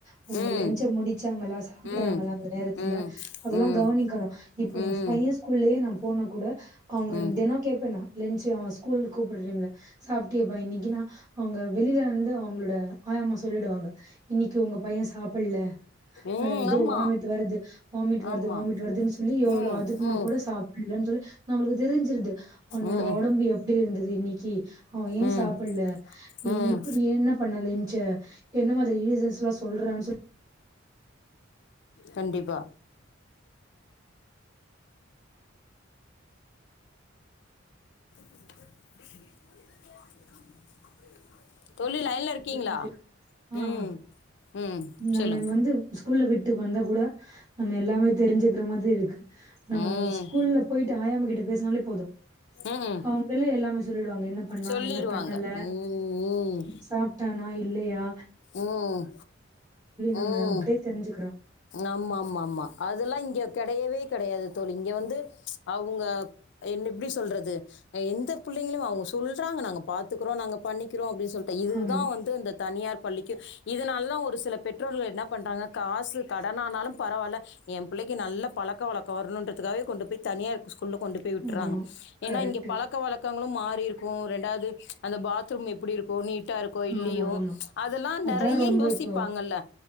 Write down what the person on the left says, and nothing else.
ம்
ம்
ம்
ம்
ம்
ம்
ம்
ம்
ஆமா
ஆமா
ம்
ம்
ம்
ம்
ம்
கண்டிப்பா <unintelligible> தோழி லையன்ல இருக்கீங்களா
ம் ம்
சொல்லுங்க
ம்
ம்
சொல்லிருவாங்க
ம்
உம்
உம்
ஆமா ஆமா ஆமா அதெலாம் இங்க கெடையவே கெடயாது தோழி இங்க வந்து அவங்க என்ன எப்டி சொல்றது எந்த புள்ளங்களையும் அவங்க சொல்றாங்க நாங்க பாத்துக்கறோம் நாங்க பண்ணிக்கிறோம் அப்டின்னு சொ சொல்டேன் இதுதான்
வந்து இந்த தனியார் பள்ளிக்கும் இதனால தான் ஒரு சில பெற்றோர்கள் என்ன பண்றாங்க காசு கடனானாலும் பரவாயில்ல என் பிள்ளைக்கு நல்ல பழக்க வழக்கம் வரனும் கொண்டு போய் தனியார் ஸ்கூல்ல கொண்டு போய் விட்டுறாங்க
ஏன்னா
இங்க பழக்க வழக்கங்களும் மாறி இருக்கும் ரெண்டு து அந்த பாத்ரூம் எப்டி இருக்கும் நீட் ட்டா இருக்கா இல்லியோ
அதெலாம்
நெறய
யோசிப்பாங்கள்ல